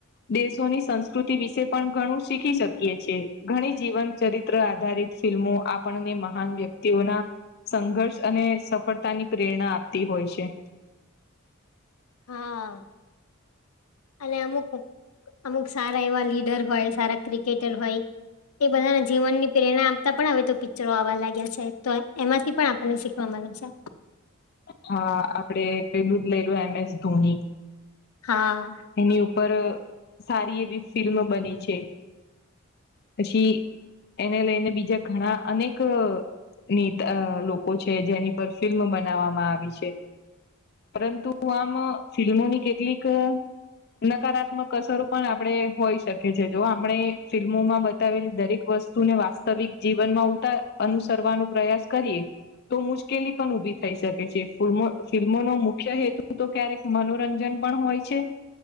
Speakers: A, on the left (about 45°); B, on the left (about 85°).
A: દેશોની સંસ્કૃતિ વિશે પણ ઘણું શીખી શકીએ છેએ ઘણી જીવન ચરિત્ર ત્ર આધારિત ફિલ્મો આપણને મહાન વ્યક્તિઓના સંઘર્ષ અને સફળતાની પ્રેરણા આપતી હોય છે. <inaudible>
B: હા અને અમુક અમુક સારા એવા લીડર હોય સારા ક્રિકેટર હોય એ બધાના જીવન ની પ્રેરણા આપતા પણ હવે તો પિક્ચરો આવવા લાગ્યા છે તો એમાંથી પણ આપને શીખવા કવા મળે છે.
A: હા આપડે પેલું જ લઈ લો એમ એસ ધોની.
B: હા.
A: એની ઉપર સારી એવી ફિલ્મ બની છે પછી એને લઈને બીજા ઘણા અનેક ની ત આ લોકો છે જેની પર ફિલ્મ બનાવવામાં આવી છે. પરંતુ આમ ફિલ્મોની કેટલીક નકારાત્મક અસરો પણ આપણે હોઈ શકીએ જો આપણે ફિલ્મોમાં બતાવેલી દરેક વસ્તુ તું ને વાસ્તવિક જીવનમાં ઉતાર અનુસરવાનો પ્રયાસ કરીએ તો મુશ્કેલી પણ ઉભી થઈ શકે છે ફમો ફિલ્મોનો મુખ્ય હેતુ તો ક્યારેક મનોરંજન પણ હોય છે.